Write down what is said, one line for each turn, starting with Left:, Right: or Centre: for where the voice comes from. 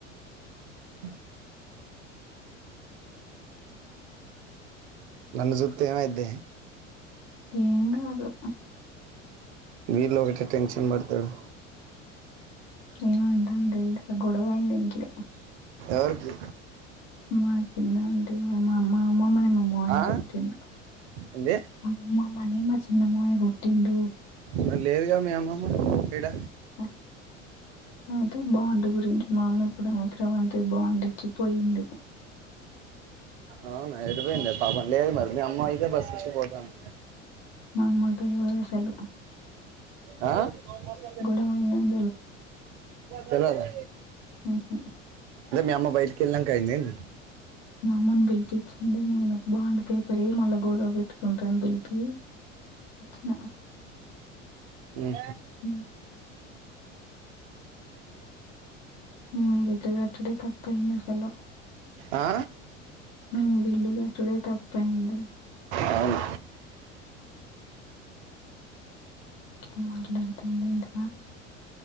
Right: ఆ నన్న చూత ఏమయిద్దే
Left: ఏంగా గదు
Right: వీళ్ళ ఒకటే టెన్షన్ పడతాడు
Left: ఏమంటా అంత తెలి గొడవైంది ఇంట్లో
Right: ఎరుకి
Left: మా చిన్న అంట అమ్ అమ్మ అమ్మమ్మ నిమ్మ అమ్మయ
Right: ఆ
Left: గతుందిమ్మ్మమ్మ
Right: ఏంది
Left: నిమ్ మా చి ఇ మ ఎ గొ రడు
Right: మరి లేదుగా మీ అమ్మమ్మ ఇక్కడ
Left: ఓ అయితే బాగుంటంది గురించి మామూ ఇప్పుడు అవసరం అంత బాగుందిడించి పోయింది
Right: అవునా అడిపోయింది పాపం లేదు మరి మీ అమ్మయితే బస్ ఇచ్చిపోతాను
Left: మా అమ్మ కి రపలు కూడా సల్
Right: మసాల
Left: గొడవైందని
Right: తెలాదా
Left: ఆఓహా
Right: అదే మీ అమ్మ బయటికి వెళ్ళాం అయిందండి
Left: మా అమ్మని బిలికి ఇచ్చిండడి నేను బాగుండు పేపర్ మళ్ళా గోదా పెట్టుకుంటారను పిలిపి ఇ
Right: ఉ
Left: అ మేము ఇది తగాటుడే తప్పంద సలం
Right: ఆ
Left: మీేను ఇల్లు కట్టుడే తప్పయింది
Right: అవును
Left: ఇ మాట్లాడుతాడి ఎందు